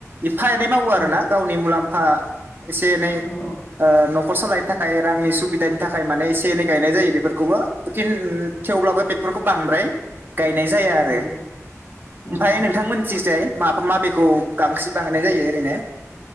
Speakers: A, on the right; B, on the left.
A: एफा एनै मावो आरोना
B: औ
A: गावनि मुलाम्फा एसे एनै
B: औ
A: न'खर सालायनो थाखाय रांनि सुबिदानि थाखाय माने एसे एनै गायनाय जायो बेफोरखौबो थेवब्लाबो बेफोरखौ बांद्राय गायनाय जाया आरो
B: औ ओ
A: ओमफ्राय नोंथांमोन फगजाय माबा माबेखौ गांसो बानायनाय जायो ओरैनो